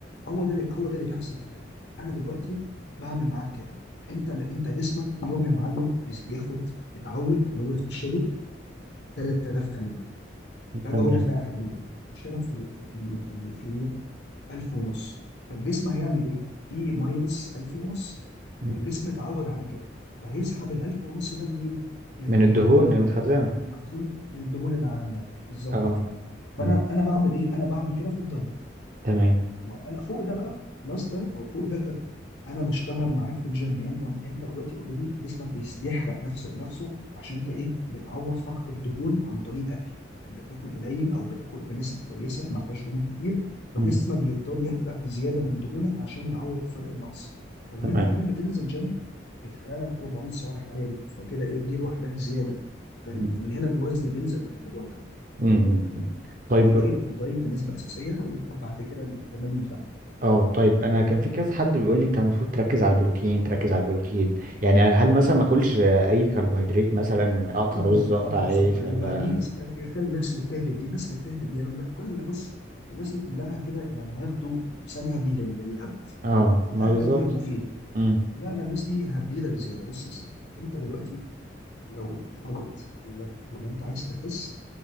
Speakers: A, on the left (about 70°); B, on the right (about 45°).
A: هو ده اللي هو ده اللي بيحصل في الاكل انا دلوقتي بعمل معاك كده انت انت جسمك كل يوم يا معلم بيس- بياخد اتعود اللي هو يخش له 3000 كالوري فاجي
B: تمام
A: اقول لك لا يا حبيبي ده يخش لك في ال- في في ال- في, ال- في اليوم 1000 ونص فالجسم هيعمل ايه؟ في ماينس 1000 ونص
B: مم.
A: والجسم اتعود على كده فهيسحب ال 1000 ونص ده منين؟ من
B: من
A: من
B: الدهون
A: من ال-
B: المتخزنه
A: من المخزون من الدهون اللي عندك بالظبط
B: اه اه
A: كده فانا
B: مم.
A: انا بعمل ايه؟ انا بعمل كده في الدايت
B: تمام
A: طيب لا انا فوق ده بقى بلس ده او فوق ده انا بشتغل معاك في الجيم يعني انت انت دلوقتي اوريدي جسمك بيس- بيحرق نفسه بنفسه عشان انت ايه بتعوض فقد الدهون عن طريق الاكل انت بتاكل قليل او بتاكل بنسب كويسه ما فيهاش دهون كتير فجسمك
B: مم.
A: بيضطر يحرق بزياده من دهونك عشان يعوض فرق النقص فلما
B: تمام
A: انت كمان بتنزل جيم بتحرق لك 400 سعر حراري فكده ايه دي لوحدها زياده فاهم
B: مم.
A: فمن هنا بالوزن بينزل من الموضوع ده
B: مم. مم. طيب
A: هو دايت دايت بنسبه اساسيه وبعد كده التمارين بتاعتك.
B: اه طيب انا كان في كذا حد بيقول لي انت المفروض تركز على البروتين تركز على البروتين يعني هل مثلا ما اكلش اي كربوهيدرات مثلا اقطع
A: يا عم
B: رز اقطع
A: خطوه
B: عيش
A: خطوه يا
B: ولا
A: عم بقى مين يس- يعني خلي الناس اللي بتهبد دي الناس اللي بتهبد دي يا عم لا كل بص الناس دي كلها كده يعني هياخدوا الوسنهبي لل- للهبد
B: اه
A: الاكل
B: ما بالظبط
A: كله مفيد
B: امم
A: لا لا الناس دي هبيده بزياده بص يا صديقي انت دلوقتي لو في حاله اللي اللي انت عايز تخس